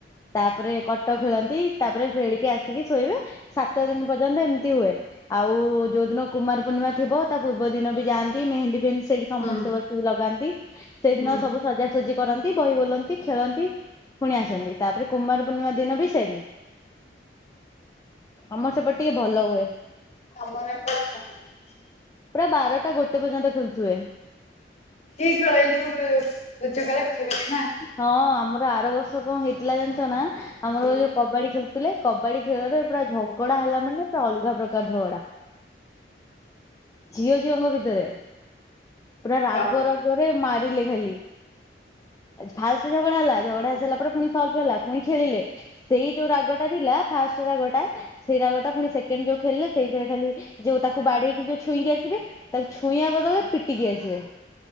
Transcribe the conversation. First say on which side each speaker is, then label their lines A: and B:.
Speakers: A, on the left; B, on the left.
A: ତାପରେ କଟ ଖେଳନ୍ତି ତାପରେ ଫେଳିକି ଆସିକି ଶୋଇବେ, ସାତ ଦିନ ପର୍ଯ୍ୟନ୍ତ ଏମିତି ହୁଏ। ଆଉ ଯୋଉ ଦିନ କୁମାର ପୂର୍ଣ୍ଣିମା ଥିବ ତା ପୂର୍ବ ଦିନ ବି ଯାଆନ୍ତି, ମେହେନ୍ଦୀ ଫେହେନ୍ଦି ସେଇଠି ସମସ୍ତେ
B: ହୁଁ
A: ବସିକି ଲଗାନ୍ତି। ସେଇଦିନ
B: ହୁଁ
A: ସବୁ ସଜାସଜି କିଛି କରନ୍ତି ବହି ବୋଲନ୍ତି ଖେଳନ୍ତି ପୁଣି ଆସନ୍ତି, ତାପରେ କୁମାର ପୂର୍ଣ୍ଣିମା ଦିନ ବି ସେମି ଆମର ସେପଟ ଟିକେ ଭଲ ହୁଏ।
B: ଆମର ଏପଟେ କରନୁ
A: ପୁରା ବାରଟା ଗୋଟେ ପର୍ଯ୍ୟନ୍ତ ଖେଳୁଥିବେ।
B: କି ଖେଳ ଏଇ ଯୋଉ ଲୁଚକାଳି ଫୁଚକାଳି ନା?
A: ହଁ ଆମର ଆର ବର୍ଷ କଣ ହେଇଥିଲା, ଜାଣିଛ ନା ଆମର
B: ହୁଁ
A: ଯୋଉ କବାଡି ଖେଳ ଥିଲେ କବାଡି ଖେଳରେ ପୁରା ଝଗଡା ହେଲା, ମାନେ ପୁରା ଅଲଗା ପ୍ରକାର ଝଗଡା। ଝିଅ ଝିଅଙ୍କ ଭିତରେ ପୁରା ରାଗ
B: ହଁ
A: ରାଗରେ ମାରିଲେ ଖାଲି ଫାଷ୍ଟ ଝଗଡା ହେଲା, ଝଗଡା ହେଇ ସାରିଲା ପରେ ପୁଣି ସଲ୍ଭ ହେଲା ପୁଣି ଖେଳିଲେ ସେଇ ଯୋଉ ରାଗ ଟା ଥିଲା ଫାଷ୍ଟ ରାଗଟା ସେଇ ରାଗଟା ପୁଣି ସେକଣ୍ଡ ଯୋଉ, ଖେଳିଲେ ସେଇଥିରେ ଖାଲି ଯଉ ତାକୁ ବାଡେଇକି ଛୁଇଁକି ଆସେ ତାକୁ ଛୁଇଁବା ବଦଳେ ପିଟିକି ଆସିବେ।